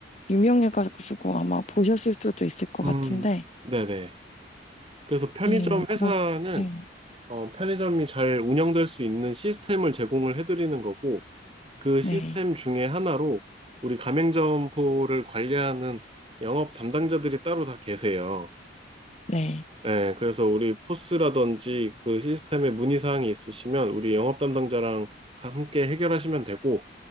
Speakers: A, on the left (about 35°); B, on the right (about 30°).
A: 유명해가지고 아마 보셨을 수도 있을 것
B: 음,
A: 같은데,
B: 네네. 그래서 편의점
A: 예, 그럼,
B: 회사는
A: 네,
B: 어, 편의점이 잘 운영될 수 있는 시스템을 제공을 해드리는 거고, 그 시스템
A: 네,
B: 중에 하나로 우리 가맹점포를 관리하는 영업 담당자들이 따로 다 계세요.
A: 네,
B: 네, 그래서 우리 포스라든지 그 시스템에 문의사항이 있으시면 우리 영업 담당자랑 함께 해결하시면 되고,